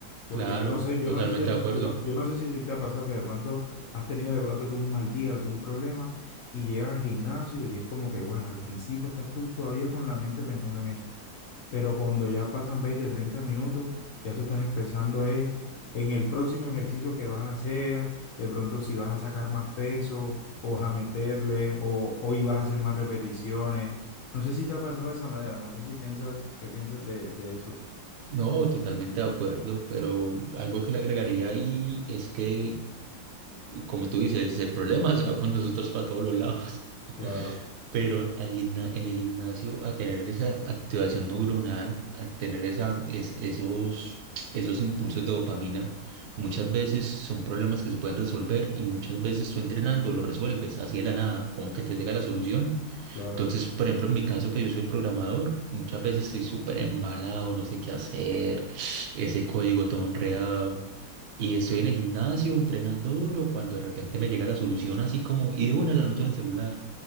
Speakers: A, on the left; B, on the right.
A: Porque
B: claro,
A: yo no sé, yo
B: totalmente
A: no sé si a ti-
B: de acuerdo.
A: yo no, yo no sé si te, te ha pasado que de pronto has tenido de pronto tú un mal día, algún problema y llegas al gimnasio y es como que, bueno, al principio estás tú todavía con la mente pensando en eso, pero cuando ya pasan 20 30 minutos, ya tú estás empezando eh, en el próximo ejercicio que vas a hacer, de pronto si vas a sacar más peso o vas a meterle o hoy vas a hacer más repeticiones. No sé si te ha pasado de esa manera, no sé si piensas, qué piensas de, de eso.
B: No, totalmente de acuerdo, pero algo que le agregaría ahí es que, como tú dices, el problema <laughs> se va con nosotros para todos los lados.
A: Claro,
B: Pero al gimna- en el gimnasio, al tener esa activación neuronal, al tener esa, es- esos, esos impulsos de dopamina, muchas veces son problemas que se pueden resolver y muchas veces tú entrenando lo resuelves así de la nada, como que te llega la
A: sí,
B: solución
A: claro,
B: entonces, por ejemplo, en mi caso que yo soy programador, muchas veces estoy súper embalado, no sé qué hacer, ese código todo enredado. Y estoy en el gimnasio entrenando duro cuando de repente me llega la solución así como, y de una la anoto en el celular.